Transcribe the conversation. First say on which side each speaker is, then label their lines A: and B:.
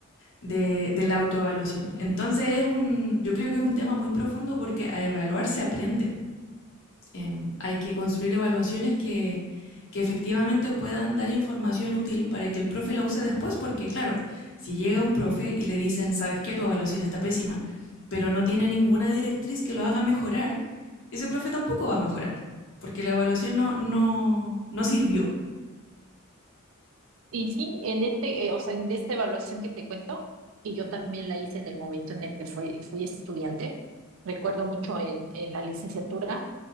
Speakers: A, on the left (about 65°); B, on the right (about 70°).
A: de, de la autoevaluación. Entonces es un, yo creo que es un tema muy profundo porque a evaluar se aprende. Eh, hay que construir evaluaciones que, que efectivamente puedan dar información útil para que el profe la use después, porque claro, si llega un profe y le dicen, sabes qué, tu evaluación está pésima, pero no tiene ninguna directriz que lo haga mejorar, ese profe tampoco va a mejorar, porque la evaluación no, no, no sirvió.
B: Y sí, en este, eh, o sea, en de esta evaluación que te cuento, que yo también la hice en el momento en el que fui, fui estudiante, recuerdo mucho en, en la licenciatura